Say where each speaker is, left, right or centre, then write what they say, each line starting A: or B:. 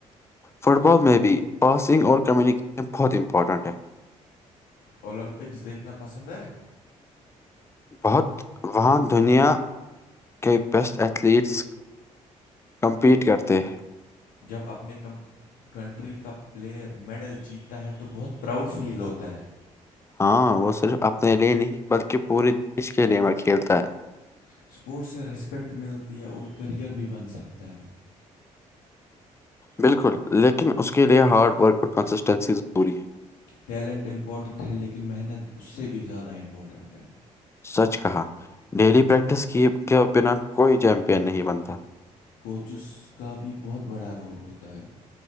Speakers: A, on the left; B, on the left.
A: فٹ بال میں بھی پاسنگ اور کمیونیکیشن بہت امپورٹنٹ ہے
B: اولمپکس دیکھنا پسند ہے
A: بہت وہاں دنیا کے بیسٹ ایتھلیٹس کمپیٹ کرتے ہیں
B: جب اپنی کم کنٹری کا پلیئر میڈل جیتتا ہے تو بہت پراؤڈ فیل ہوتا ہے
A: ہاں وہ صرف اپنے لیے نہیں بلکہ پورے دیش کے لیے میں کھیلتا ہے
B: اسپورٹس سے رسپیکٹ ملتی ہے اور کیرییئر بھی بن سکتا ہے
A: بالکل لیکن اس کے لئے ہارڈ ورک اور کنسسٹنسی ضروری ہے
B: ٹیلنٹ امپورٹنٹ ہے لیکن محنت اس سے بھی زیادہ امپورٹنٹ ہے
A: سچ کہا ڈیلی پریکٹس کی کے بنا کوئی چیمپئن نہیں بنتا
B: کوچز کا بھی بہت بڑا رول ہوتا ہے